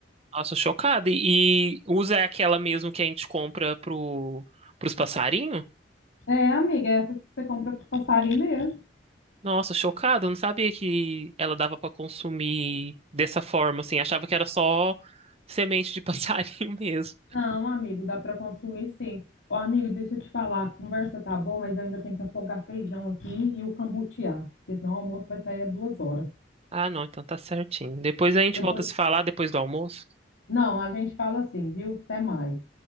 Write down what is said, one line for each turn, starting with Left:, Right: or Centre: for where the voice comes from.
Right: Nossa, chocado. E, e usa aquela mesmo que a gente compra pro, pros passarinhos?
Left: É, amiga, essas que você compra pro passarinho mesmo.
Right: Nossa, chocada, eu não sabia que ela dava pra consumir dessa forma, assim, achava que era só semente de <laughs> passarinho mesmo.
Left: Não, amigo, dá para consumir sim. Ô, amigo, deixa eu te falar, a conversa tá boa, mas eu ainda tenho que afogar feijão aqui e o cambutear, porque senão o almoço vai sair a duas horas.
Right: Ah, não, então tá certinho. Depois a gente
Left: Depois,
Right: volta a se falar depois do almoço.
Left: não, a gente fala assim, viu? Até mais.